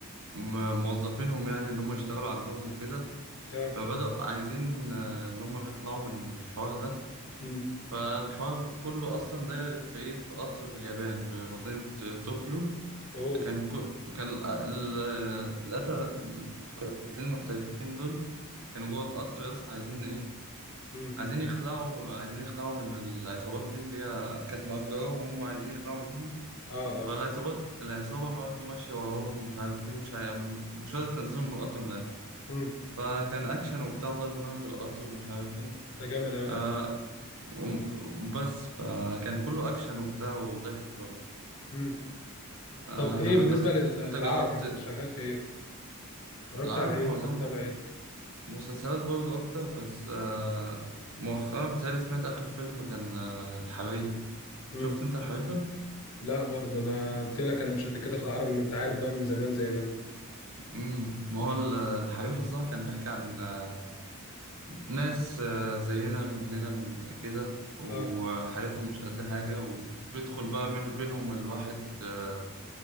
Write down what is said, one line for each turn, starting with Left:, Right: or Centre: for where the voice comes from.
Right: م- موظفينهم يعني اللي هم يشتغلوا عندهم وكده
Left: اه
Right: فبدأوا عايزين آه، إن هم يطلعوا من الحوار ده
Left: امم
Right: فالحوار بيبقى كله اصلا داير في ايه في قطر في اليابان في مدينة طوكيو
Left: اوه
Right: كان كو كان ال- ال- القتلة القاتلين المحترفين دول كانوا جوه القطر يا اسطى عايزين ايه
Left: امم
Right: عايزين يخلعوا عايزين يخلعوا من العصابات دي اللي هي كانت مأجراهم وهم عايزين يخلعوا منهم
Left: اه اه
Right: فالعصابات العصابة برضه ماشية وراهم مش عارف ايه مش عارف مش راضية تنزلهم من القطر من الآخر
Left: امم
Right: فكان أكشن وبتاع وضرب نار في القطر ومش عارف ايه
Left: ده جامد اوي
Right: آه،
Left: ده
Right: وم- بس فكان كله أكشن وبتاع وضحك برضه
Left: امم
Right: آه
Left: طب ايه بالنسبه
Right: أنت بتح...
Left: لل- للعربي
Right: أنت جربت
Left: انت شغال في ايه اتفرجت
Right: العربي
Left: على ايه
Right: معظمه
Left: ولا متابع ايه
Right: مسلسلات برضه أكتر بس آه مؤخرا بتهيألي سمعت آخر فيلم كان آه الحريف
Left: امم
Right: شفت أنت الحريفة؟
Left: لا برضه انا قلت لك انا مش قد كده في العربي ما انت عارف بقى من زمان زي ما انا
Right: امم ما هو ال- الحريفة صح كان بيحكي عن آه ناس آه زينا مننا من كده وحالتهم
Left: اه
Right: مش قد حاجة وبيدخل بقى من بينهم الواحد آه،